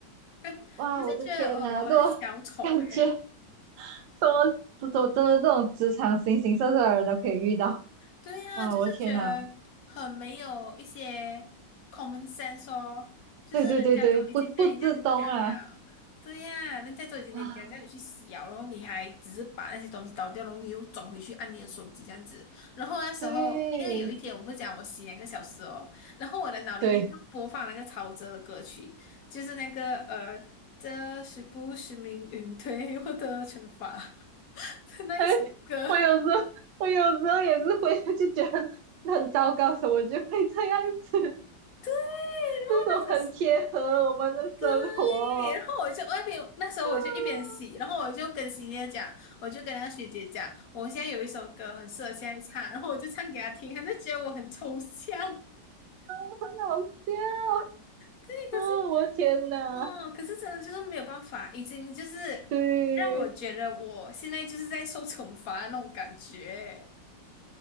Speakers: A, on the left; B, on the right.
A: 哎，
B: 哇，
A: 我就觉得，
B: 我的天哪，
A: 呃，我好像小丑哎、
B: 这我 <laughs> 感觉。什么这种真的这种职场形形色色的人都可以遇到，
A: 对呀、
B: 哇，
A: 就是觉得很没有一些
B: 我天呐，
A: common sense 哦，就是人家都已经跟你这样子讲了，
B: 对对对对，不不自懂啊
A: 对呀、人家都已经跟你讲叫你去洗了，
B: 啊，
A: 然后你还只是把那些东西倒掉，然后你又转回去按你的手机这样子。然后那时候，
B: 对
A: 因为有一天我们不是讲我洗两个小时哦，然后我的脑里面就播放那个陶喆的歌曲，
B: 对，
A: 就是那个呃，这是不是命运对我的惩罚？的那一首歌，
B: 哎，我有时候我有时候也是会就觉得很糟糕，怎么就会这样子？
A: 对，然后那时是
B: 这种很贴合我们的生活，
A: 对，然后我就外边那时候我就一边洗，
B: 啊，
A: 然后我就跟洗姐讲，我就跟那个学姐讲，我现在有一首歌很适合现在唱，然后我就唱给她听，她就觉得我很抽象，
B: 很好笑
A: 对，可是
B: 啊，我的天呐，
A: 哦，可是真的就是没有办法，已经就是让我觉得我现在就是在受惩罚的那种感觉，
B: 对。